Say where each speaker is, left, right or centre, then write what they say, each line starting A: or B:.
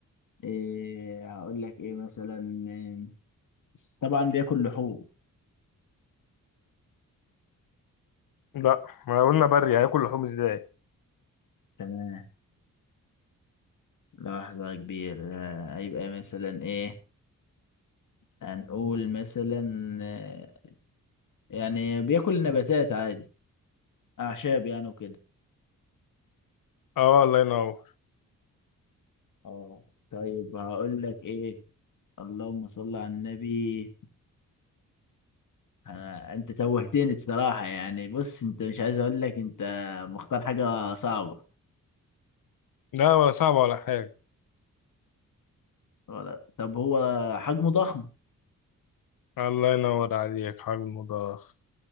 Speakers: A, on the left; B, on the left.
A: إيه هقول لك إيه مثلا آم، طبعا بياكل لحوم
B: لا ما قلنا بري هياكل لحوم ازاي
A: تمام لحظة كبيرة آه، هيبقى مثلا إيه هنقول مثلا آه، يعني بياكل نباتات عادي أعشاب يعني وكده
B: اه الله ينور
A: اه طيب هقول لك إيه اللهم صل على النبي أنا أنت توهتني الصراحة يعني بص أنت مش عايز أقول لك أنت مختار حاجة صعبة
B: لا ولا صعب ولا حاجة
A: ولا طب هو حجمه ضخم
B: الله ينور عليك حجم مضخ